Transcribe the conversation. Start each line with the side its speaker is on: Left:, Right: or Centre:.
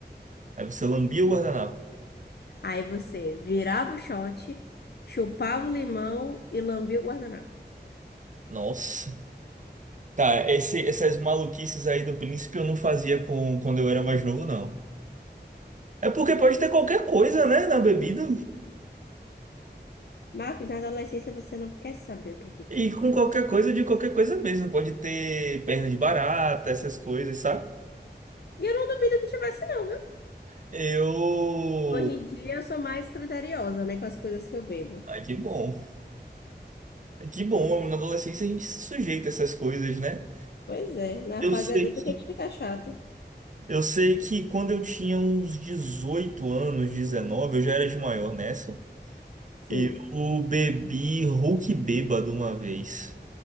Right: Aí você lambia o guardanapo.
Left: Aí você virava o shot, chupava o limão e lambia o guardanapo.
Right: Nossa. Tá, esse- essas maluquices aí do príncipe eu não fazia com, quando eu era mais novo, não. É porque pode ter qualquer coisa, né, na bebida.
Left: Marcos, na adolescência você não quer saber o que é que tem
Right: E com
Left: ali
Right: qualquer
Left: dentro.
Right: coisa, de qualquer coisa mesmo. Pode ter perna de barata, essas coisas, sabe?
Left: E eu não duvido que tivesse, não, viu?
Right: Eu.
Left: Hoje em dia eu sou mais criteriosa, né, com as coisas que eu bebo.
Right: Ai, que bom. Que bom, na adolescência a gente se sujeita a essas coisas, né?
Left: Pois é, na
Right: Eu
Left: fase
Right: sei,
Left: adulta que a gente fica chato.
Right: eu sei que quando eu tinha uns 18 anos, 19, eu já era de maior nessa.
Left: Sim,
Right: Eu bebi Hulk bêbado uma vez.